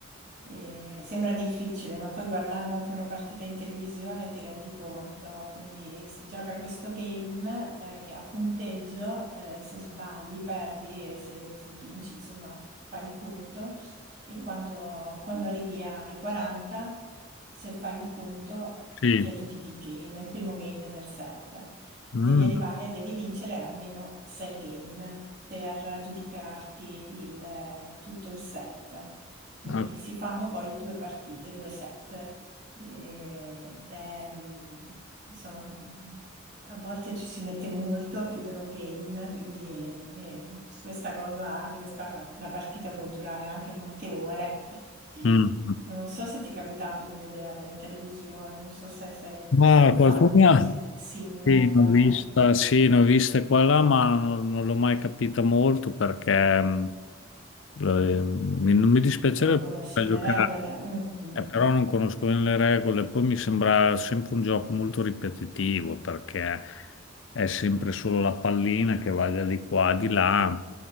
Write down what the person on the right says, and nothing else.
Eh, sembra difficile, ma poi guardando anche una partita in televisione ti rendi conto. Quindi si gioca questo game, eh, che a punteggio, eh, se sbagli perdi e se, se vinci, insomma, fai il punto. E quando, quando arrivi ai 40, se fai il punto,
ti aggiudichi il game, il primo game del set
devi arrivare, devi vincere almeno sei game per giudicarti il, eh, tutto il set. Quindi
si fanno poi due partite, due set. Ed è, mh, insomma, mh, a volte ci si mette molto a chiudere un game, quindi eh, questa cosa, questa, la partita può durare anche molte ore. <laughs>
Non so se ti è capitato di vederla in televisione, non so se sei
magari un fan
di Sinner,
eh,
non conosci le
regole. Mm, mm.